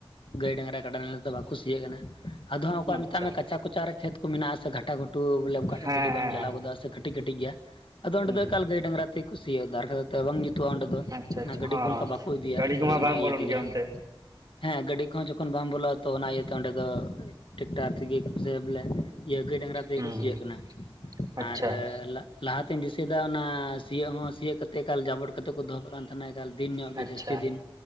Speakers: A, on the left (about 65°); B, on the right (about 45°).
A: ᱜᱟᱹᱭ ᱰᱟᱝᱨᱟ ᱠᱟᱰᱟ ᱱᱟᱦᱮᱞ ᱫᱚ ᱵᱟ ᱠᱚ ᱥᱤᱭᱟᱜ ᱠᱟᱱᱟ ᱾ ᱟᱫᱚ ᱦᱟᱸᱜ ᱚᱠᱚᱭ
B: ᱟᱪᱪᱷᱟ
A: ᱢᱮᱛᱟᱜ ᱢᱮ ᱠᱟᱪᱟ
B: ᱦᱮᱸ
A: ᱠᱚᱪᱟ ᱨᱮ ᱠᱷᱮᱛ ᱠᱚ ᱢᱮᱱᱟᱜᱼᱟ ᱥᱮ ᱜᱷᱟᱴᱟ ᱜᱷᱩᱴᱩ ᱵᱚᱞᱮ ᱚᱱᱠᱟ ᱴᱷᱮᱱ
B: ᱦᱮᱸ
A: ᱜᱟᱹᱰᱤ ᱵᱟᱝ ᱪᱟᱞᱟᱣ
B: ᱦᱮᱸ
A: ᱜᱚᱫᱚᱜᱼᱟ, ᱥᱮ ᱠᱟᱹᱴᱤᱡ ᱠᱟᱹᱴᱤᱡ ᱜᱮᱭᱟ ᱾ ᱟᱫᱚ ᱚᱸᱰᱮ
B: ᱦᱩᱸ
A: ᱫᱚ ᱮᱠᱟᱞ ᱜᱟᱹᱭ ᱰᱟᱝᱨᱟ ᱛᱮ ᱠᱚ ᱥᱤᱭᱟ <unintelligible> ᱵᱟᱝ ᱡᱩᱛᱩᱜᱼᱟ ᱚᱸᱰᱮ ᱫᱚ
B: ᱟᱪᱪᱷᱟ ᱟᱪᱪᱷᱟ
A: ᱚᱱᱟ ᱜᱟᱹᱰᱤ
B: ᱦᱚᱸ
A: ᱠᱚ ᱚᱱᱠᱟ ᱵᱟᱠᱚ ᱤᱫᱤᱭᱟ
B: ᱜᱟᱹᱰᱤ ᱠᱚᱢᱟ
A: ᱟᱫᱚ ᱚᱱᱟ
B: ᱵᱟᱝ
A: ᱤᱭᱟᱹ
B: ᱵᱚᱞᱚᱱ
A: ᱛᱮᱜᱮ
B: ᱜᱮᱭᱟ
A: ᱦᱟᱸᱜ
B: ᱚᱱᱛᱮ
A: ᱦᱮᱸ ᱜᱟᱹᱰᱤ ᱠᱚᱦᱚᱸ ᱛᱚᱠᱷᱚᱱ ᱵᱟᱢ ᱵᱚᱞᱚᱜᱼᱟ ᱛᱚ ᱚᱱᱟ ᱤᱭᱟᱹᱛᱮ ᱚᱸᱰᱮ ᱫᱚ ᱴᱮᱠᱴᱟᱨ ᱛᱮᱜᱮ ᱥᱮ ᱵᱚᱞᱮ ᱤᱭᱟᱹ ᱜᱟᱹᱭ ᱰᱟᱝᱨᱟ ᱛᱮᱜᱮ
B: ᱦᱮᱸ ᱦᱩᱸ
A: ᱠᱚ ᱥᱤᱭᱟᱹᱜ
B: ᱦᱩᱸ
A: ᱠᱟᱱᱟ
B: ᱟᱪᱪᱷᱟ
A: ᱟᱨ <unintelligible> ᱞᱟᱦᱟᱛᱮᱧ ᱫᱤᱥᱟᱹᱭᱮᱫᱟ ᱚᱱᱟ ᱥᱤᱭᱳᱜ ᱦᱚᱸ ᱥᱤᱭᱳᱜ ᱠᱟᱛᱮᱫ ᱮᱠᱟᱞ ᱡᱟᱵᱚᱲ ᱠᱟᱛᱮ ᱠᱚ ᱫᱚᱦᱚ ᱠᱟᱜ ᱠᱟᱱ ᱛᱟᱦᱮᱱᱟ᱾ ᱮᱠᱟᱞ ᱫᱤᱱ ᱧᱚᱜ
B: ᱟᱪᱪᱷᱟ
A: ᱜᱮ ᱡᱟᱹᱥᱛᱤ ᱫᱤᱱ᱾